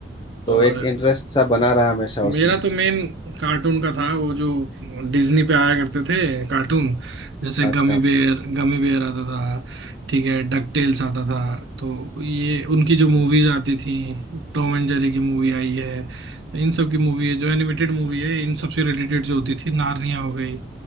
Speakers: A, on the left; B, on the right.
A: तो
B: और
A: एक इंटरेस्ट सा बना रहा हमेशा उसमें
B: मेरा तो मेन कार्टून का था वो जो डिज्नी पे आया करते थे कार्टून जैसे
A: अच्छा
B: गमी बेयर गमी बेयर आता था ठीक है डक टेल्स आता था तो ये उनकी जो मूवीज
A: हम्म।
B: आती थी टॉम एंड जेरी की मूवी आई है तो इन सब की मूवी है जो एनिमेटेड मूवी है इन सब से रिलेटेड जो होती थी नार्निया हो गई